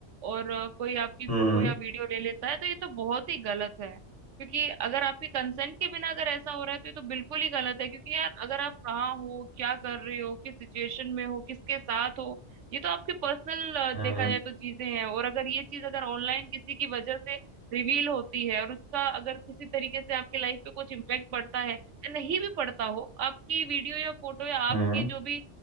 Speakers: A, on the right; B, on the left.
A: और अ, कोई आपकी
B: हम्म
A: फोटो या वीडियो ले लेता है तो ये तो बहुत ही गलत है क्योंकि अगर आपकी कंसेंट के बिना अगर ऐसा हो रहा है तो ये तो बिल्कुल ही गलत है क्योंकि यार अगर आप कहाँ हो क्या कर रहे हो किस सिचुएशन में हो किसके साथ हो ये तो आपके पर्सनल
B: हम्म
A: देखा जाए तो चीजें हैं और अगर ये चीज अगर ऑनलाइन किसी की वजह से रिवील होती है और उसका अगर किसी तरीके से आपके लाइफ पे कुछ इम्पेक्ट पड़ता है नहीं भी पड़ता हो आपकी वीडियो या फोटो या आपकी
B: हम्म
A: जो भी